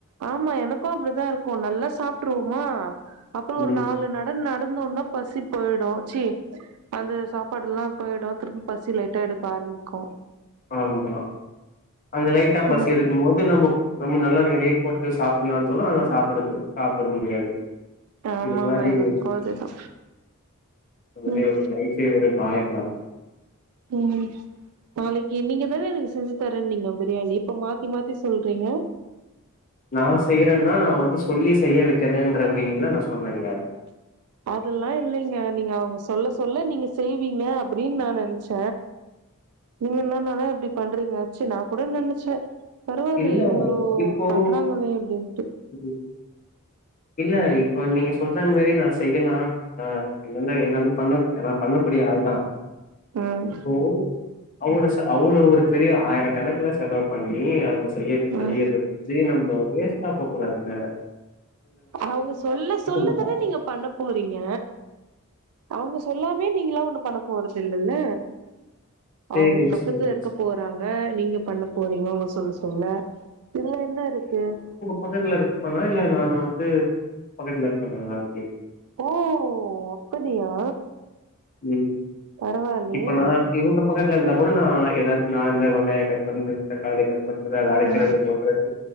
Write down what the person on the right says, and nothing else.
ஆம்மா என்னக்கு அப்புடித்தா இருக்கூ நல்லா சாப்ட்ருவ்ம்மா அப்ப ஒரு
நாலு நட நடந்தோன்னா பசி பொயிடு ச்சீ அந்த சாப்பாடு ல்லா போயிடு திரும்ப பசி லைட்டா எடுக்க ஆரமிக்கு
ம்
ஆமாங்க
எனக்கு அதுதா
ம்
ம் நாளைக்கி நீங்க தான எனக் செஞ்சி தரன்னிங்க பிரியாணி இப்ப மாத்தி மாத்தி சொல்றீங்க
அதுல்லா இல்லங்க நீங்க அவங்க சொல்ல சொல்ல நீங்க செய்வீங்க அப்டின்னு நா நென்ச்ச நீங்க என்னானான்னா இப்டி பண்றீங்க ச்சீ நா கூட நெனச்ச பரவாயில்லியே
இவ்ளோ
பண்றாங்ளே அப்டின்ட்டு
ம்
ம்
அவ்ங்க சொல்ல சொல்ல
தான
நீங்க பண்ண போறீங்க அவ்ங்க சொல்லாமே நீங்கலா ஒண்ணு பண்ண போறது இல்லல்ல
அவ்ங்க பக்கத்துல
இருக்க
போறாங்க நீங்க பண்ண போறீங்க அவ்ங்க சொல்ல சொல்ல இதுல என்ன இருக்கு
ஓ அப்டியா
பரவாயில்லயே
ம்